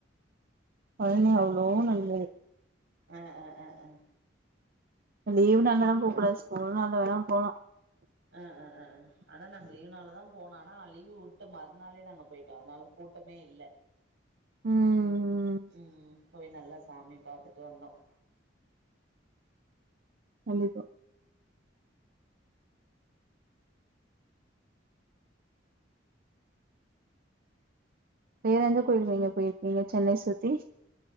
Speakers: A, on the right (about 50°); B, on the right (about 80°).
A: பழனி அவ்ளோ நல்லது
B: ஆஹ் ஆஹ் ஆஹ் ஆஹ்
A: லீவ் நாள்ளலா போக்கூடாது ஸ்கூல் நாள்ல வேணா போலா
B: ஹ்ம் ஹம் ஹ்ம் ஹ்ம் ஆனா நாங்க லீவ் நாள்ல தான் போனோம் ஆனா லீவு வுட்ட மறுநாளே நாங்க போய்ட்டோம் அதுனால கூட்டமே இல்ல
A: ம்
B: உம் உம் போய் நல்லா சாமி பாத்துட்டு வந்தோம்
A: கண்டிப்பா வேற எந்த கோயில்க்கு நீங்க போய்ர்க்கீங்க சென்னை சுத்தி